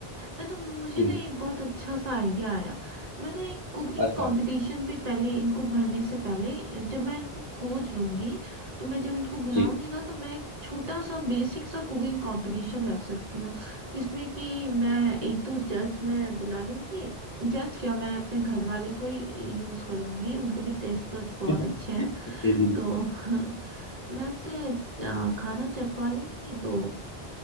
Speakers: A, on the right; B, on the left.
A: मैं तो मुझे
B: जी
A: ना एक बहुत अच्छा सा आइडिया आया मैं ना एक कुकिंग
B: अच्छा
A: कंपटीशन पे पहले इनको भरने से पहले जब मैं इनको खोज लूंगी तो मैं जब इनको बुलाऊंगी
B: जी
A: ना तो मैं एक छोटा सा बेसिक सा कुकिंग कंपटीशन लग सकती हूँ जिसमें कि मैं एक दो जज मैं बुला लूंगी जज क्या मैं अपने घर वाले को ही यूज कर लूंगी उनके भी टेस्ट बड्स बहुत
B: <laughs>
A: अच्छे हैं
B: जी जी
A: तो <laughs> मैं उनसे अ, खाना चखवा लूंगी तो